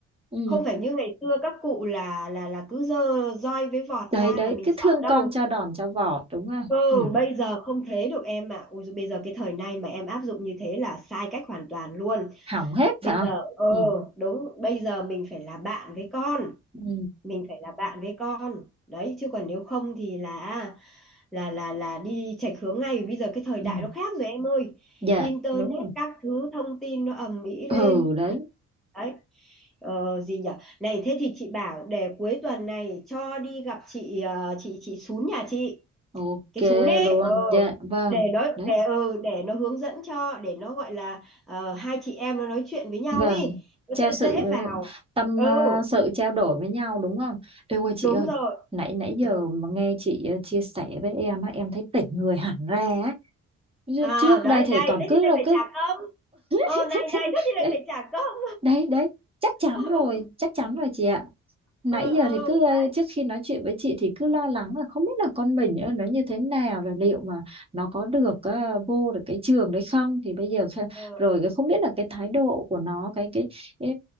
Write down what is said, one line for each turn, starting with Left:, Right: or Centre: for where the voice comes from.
Right: ừ.
Centre: không phải như ngày xưa các cụ là là là cứ dơ roi với vọt
Right: đấy
Centre: ra
Right: đấy
Centre: là mình
Right: cứ thương
Centre: sợ đâu
Right: con cho đòn cho vọt đúng không
Centre: ừ
Right: ừ.
Centre: bây giờ không thế được em ạ ui dồi, bây giờ cái thời nay mà em áp dụng như thế là sai cách hoàn toàn luôn
Right: hỏng hết
Centre: bây
Right: phải không
Centre: giờ ờ
Right: ừ.
Centre: đúng bây giờ mình phải là bạn với con
Right: Ừ.
Centre: mình phải là bạn với con đấy chứ còn nếu không thì là là là là đi chệch hướng ngay bây giờ cái thời đại
Right: Ừ.
Centre: nó khác rồi em ơi
Right: dạ
Centre: internet
Right: đúng rồi
Centre: các thứ thông tin nó ầm ĩ
Right: ừ
Centre: lên
Right: đấy
Centre: đấy ờ, gì nhở này thế thì chị bảo để cuối tuần này cho đi gặp chị ờ, chị chị Sún nhà chị
Right: ok
Centre: cái Sún ấy
Right: luôn
Centre: ờ
Right: dạ vâng
Centre: để nó
Right: đấy
Centre: để ừ, để nó hướng dẫn cho để nó gọi là ờ, hai chị em nó nói chuyện với nhau
Right: Vâng,
Centre: ý nó
Right: trao
Centre: sẽ
Right: sự
Centre: dễ vào
Right: tâm
Centre: ừ
Right: ờ, sự trao đổi với nhau đúng không? Ê ơi chị
Centre: đúng
Right: ơi,
Centre: rồi
Right: nãy nãy
Centre: Ừ.
Right: giờ mà nghe chị ờ, chia sẻ với em á, em thấy tỉnh người hẳn ra á. Chứ
Centre: à
Right: Trước đây
Centre: đấy
Right: thì
Centre: này
Right: còn
Centre: thế
Right: cứ
Centre: thì lại
Right: là
Centre: phải
Right: cứ
Centre: trả công ờ
Right: <laughs>
Centre: này này thế thì lại
Right: đấy
Centre: phải trả công
Right: đấy đấy chắc chắn
Centre: <laughs> ừ
Right: rồi chắc chắn rồi chị ạ nãy
Centre: ừ ừ,
Right: giờ thì cứ
Centre: đấy
Right: ờ, trước khi nói chuyện với chị thì cứ lo lắng là không biết là con mình ờ, nó như thế nào rồi liệu mà nó có được ờ, vô được cái trường đấy không thì bây giờ kh-
Centre: ừ,
Right: rồi
Centre: ừ.
Right: cái không biết là cái thái độ của nó cái cái ờ,